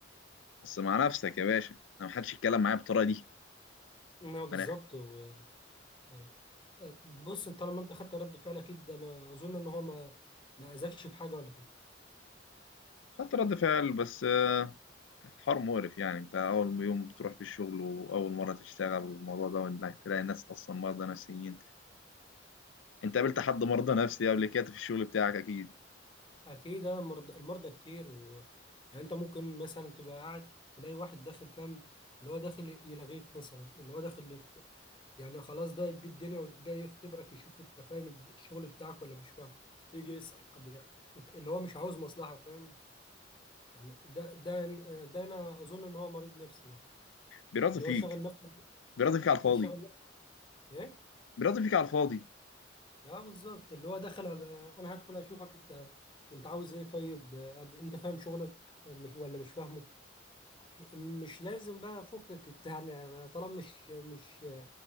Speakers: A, on the left; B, on the left.
A: بس مع نفسك يا باشا انا ما حدش يتكلم معايا بالطريقه دي
B: اه بالظبط
A: من الاخر
B: و... آه آه، بص انت طالما انت خدت رد فعل اكيد ده انا اظن ان هو ما ما اذاكش في حاجه ولا كده
A: خدت رد فعل بس آه، كان حوار مقرف يعني انت اول يوم بتروح في الشغل واول مره تشتغل الموضوع ده وانك تلاقي ناس اصلا مرضى نفسيين انت قابلت حد مرضى نفسي قبل كده في الشغل بتاعك اكيد
B: اكيد آه، مرض- المرضى كتير و... يعني انت ممكن مثلا تبقى قاعد تلاقي واحد داخل فاهم اللي هو داخل يلغيك مثلا اللي هو داخل يعني خلاص ده يتبي الدنيا وجاي يختبرك يشوف انت فاهم الشغل بتاعك ولا مش فاهم يجي يسأل أب يعني. اللي هو مش عاوز مصلحة فاهم يعني ده ده ده انا اظن ان هو مريض نفسي ده
A: بيراضي
B: اللي
A: فيك
B: هو شغل نفسه
A: بيراضي فيك على الفاضي
B: شغل نفسه ايه
A: بيراضي فيك على الفاضي
B: اه بالظبط اللي هو دخل أب- انا هدخل اشوفك انت انت عاوز ايه طيب أب انت فاهم شغلك مش ولا مش فاهمه مش لازم بقى فكك انت يعني طالما مش مش